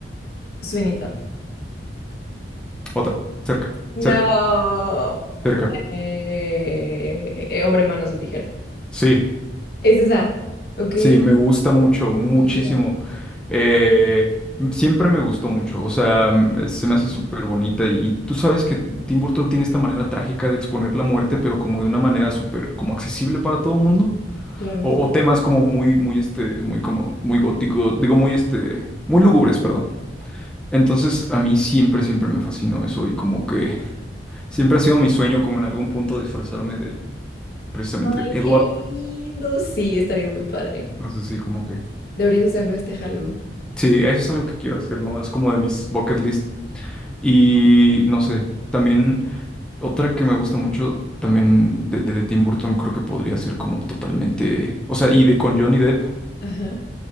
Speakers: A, on the left; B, in the centre.
A: Sweeney Todd.
B: Otra, cerca,
A: No.
B: cerca, cerca.
A: Eh, eh, hombre, manos de tijera.
B: Sí,
A: Es esa. Ok,
B: sí, me gusta mucho, muchísimo.
A: linda.
B: Eh, m- siempre me gustó mucho, o sea, m- se me hace súper bonita. Y tú sabes que Tim Burton tiene esta manera trágica de exponer la muerte, pero como de una manera súper, como accesible para todo el mundo.
A: Claro,
B: O,
A: total.
B: o temas como muy, muy, este, muy como, muy góticos, digo, muy, este, muy lúgubres, perdón. Entonces, a mí siempre, siempre me fascinó eso y como que siempre ha sido mi sueño como en algún punto disfrazarme de precisamente de
A: Ay,
B: Edward.
A: qué lindo. Sí, estaría muy padre.
B: Entonces, sí, como que,
A: Deberías hacerlo este Halloween.
B: sí, eso es algo que quiero hacer, ¿no? Es como de mis bucket list. Y no sé, también otra que me gusta mucho también de, de- de Tim Burton creo que podría ser como totalmente, o sea, y de con Johnny Depp.
A: Ajá.